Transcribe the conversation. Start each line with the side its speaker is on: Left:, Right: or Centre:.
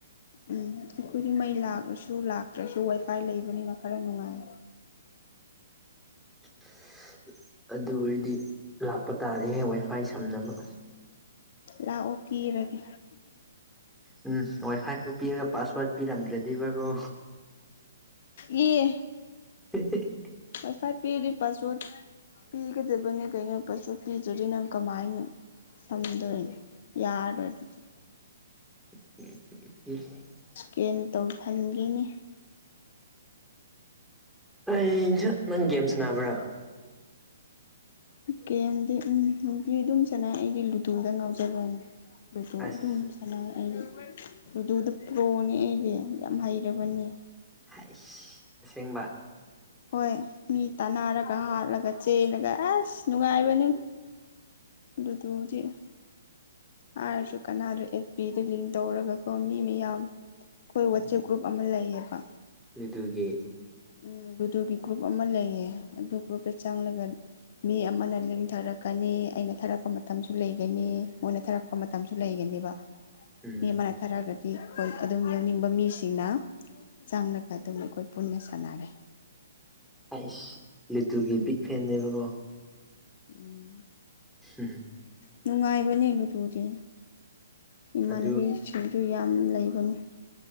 Left: ꯎꯝ ꯑꯩꯈꯣꯏꯗꯤ ꯃꯩ ꯂꯥꯛꯔꯁꯨ ꯂꯥꯛꯇ꯭ꯔꯁꯨ ꯋꯥꯏꯐꯥꯏ ꯂꯩꯕꯅꯤꯅ ꯈꯔ ꯅꯨꯡꯉꯥꯏ
Centre: <inaudible> ꯑꯗꯨ ꯑꯣꯏꯔꯗꯤ ꯂꯥꯛꯄ ꯇꯥꯔꯦꯌꯦ ꯋꯥꯏꯐꯥꯏ ꯁꯝꯅꯕ
Left: ꯂꯥꯛꯑꯣ ꯄꯤꯔꯒꯦ
Centre: ꯎꯝ ꯋꯥꯏꯐꯥꯏ ꯈꯛ ꯄꯤꯔꯒ ꯄꯥꯁꯋꯥꯔ ꯄꯤꯔꯝꯗ꯭ꯔꯗꯤꯕꯀꯣ
Left: ꯑꯦ
Centre: <unintelligible>
Left: ꯋꯥꯏ ꯐꯥꯏ ꯄꯤꯔꯗꯤ ꯄꯁ ꯋꯥꯠ ꯄꯤꯒꯗꯕꯅꯦ ꯀꯩꯅꯣ ꯄꯥꯁ ꯋꯥꯠ ꯄꯤꯗ꯭ꯔꯗꯤ ꯅꯪ ꯀꯃꯥꯏꯅ ꯁꯝꯗꯣꯏ ꯌꯥꯔꯣꯏ ꯑꯗꯨꯗꯤ
Centre: <unintelligible>
Left: ꯏꯁꯀꯦꯟ ꯇꯧꯍꯟꯕꯤꯅꯤ
Centre: ꯑꯩꯖ ꯅꯪ ꯒꯦꯝ ꯁꯥꯟꯅꯕ꯭ꯔꯥ
Left: ꯒꯦꯝꯗꯤ ꯎꯝ ꯅꯨꯡꯇꯤ ꯑꯗꯨꯝ ꯆꯅꯩ ꯑꯩꯒꯤ ꯂꯨꯗꯨꯗ ꯉꯥꯎꯖꯕꯅꯦ ꯂꯨꯗꯣ
Centre: ꯑꯁ
Left: ꯑꯗꯨꯝ ꯁꯅꯥ ꯑꯩ ꯂꯨꯗꯨꯗ ꯄ꯭ꯔꯣꯅꯦ ꯑꯩꯗꯤ ꯌꯥꯝ ꯍꯩꯔꯕꯅꯦ
Centre: ꯍꯩꯏ ꯑꯁꯦꯡꯕ
Left: ꯍꯣꯏ ꯃꯤ ꯇꯥꯅꯔꯒ ꯍꯥꯠꯂꯒ ꯆꯦꯜꯂꯒ ꯑꯁ ꯅꯨꯡꯉꯥꯏꯕꯅꯤ ꯂꯨꯗꯨꯗꯤ ꯍꯥꯏꯔꯁꯨ ꯀꯅꯥꯔꯦ ꯑꯦꯐ ꯄꯤꯗ ꯂꯤꯡ ꯇꯧꯔꯒꯀꯣ ꯃꯤ ꯃꯌꯥꯝ ꯈꯣꯏ ꯋꯥꯆꯞ
Centre: ꯎꯝ
Left: ꯒ꯭ꯔꯨꯞ ꯑꯃ ꯂꯩꯌꯦꯕ
Centre: ꯂꯨꯗꯨꯒꯤ
Left: ꯎꯝ ꯂꯨꯗꯨꯒꯤ ꯒ꯭ꯔꯨꯞ ꯑꯃ ꯂꯩꯌꯦ ꯑꯗꯨ ꯒ꯭ꯔꯨꯞꯇ ꯆꯪꯂꯒ ꯃꯤ ꯑꯃꯅ ꯂꯤꯡ ꯊꯔꯛꯀꯅꯤ ꯑꯩꯅ ꯊꯥꯔꯛꯄ ꯃꯇꯝꯁꯨ ꯂꯩꯒꯅꯤ ꯃꯣꯏꯅ ꯊꯥꯔꯛꯄ ꯃꯇꯝꯁꯨ ꯂꯩꯒꯅꯤꯕ <unintelligible>
Centre: ꯎꯝ
Left: ꯃꯤ ꯑꯃꯅ ꯊꯥꯔꯛꯑꯒꯗꯤ ꯑꯩꯈꯣꯏ ꯑꯗꯨꯝ ꯌꯥꯎꯅꯤꯡꯕ ꯃꯤꯁꯤꯡꯅ ꯆꯪꯂꯒ ꯑꯗꯨꯝ ꯑꯩꯈꯣꯏ ꯄꯨꯟꯅ ꯁꯟꯅꯥꯔꯦ
Centre: ꯍꯥꯏꯁ ꯂꯨꯗꯨꯒꯤ ꯕꯤꯛ ꯐꯦꯟꯅꯦꯕꯀꯣ
Left: ꯎꯝ
Centre: ꯍꯨꯝꯍꯨꯝ
Left: ꯅꯨꯡꯉꯥꯏꯕꯅꯦ ꯂꯨꯗꯨꯗꯤ ꯏꯃꯥꯟꯅꯕꯤꯁꯤꯡꯁꯨ
Centre: ꯑꯗꯨ
Left: ꯌꯥꯝ ꯂꯩꯕꯅꯦ